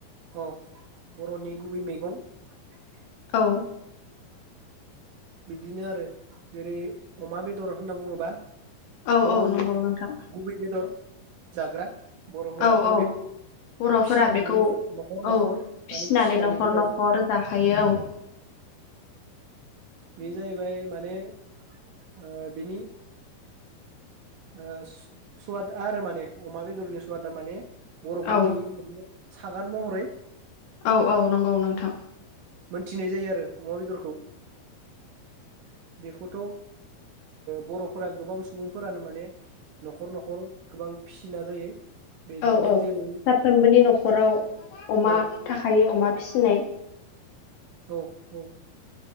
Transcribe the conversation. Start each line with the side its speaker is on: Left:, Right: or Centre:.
Right: अ बर'नि गुबै <inaudible>
Left: औ।
Right: बिदिनो आरो जेरै अमा बेदर होनना बुङोबा
Left: औ
Right: बर'नि
Left: औ नंगौ नोंथां
Right: गुबै बेदर। जाग्रा। बर'फोराथ'
Left: औ औ
Right: बेखौ
Left: बर'फोरा
Right: फिसिनानैनो
Left: बेखौ
Right: न'खर न'खर
Left: औ
Right: माने
Left: फिसिनानै
Right: फिसिनानैबो
Left: न'खर
Right: जायो
Left: न'खर जाखायो औ।
Right: बे जाहैबाय माने ओ बिनि ओ सवाद आरो माने अमा बेदरनि सवादा माने बर'फोरनि
Left: औ
Right: सागान महरै
Left: औ औ नंगौ नोंथां
Right: मोनथिनाय जायो आरो। अमा बेदरखौ बेखौथ' ओ बर'फोरा गोबां सुबुंफोरानो मान ने न'खर न'खर गोबां फिसिना जायो। बेजोंनो
Left: औ औ
Right: जेरै
Left: साफ्रोमबोनि न'खराव अमा
Right: औ
Left: थाखायो अमा फिसिनाय
Right: औ औ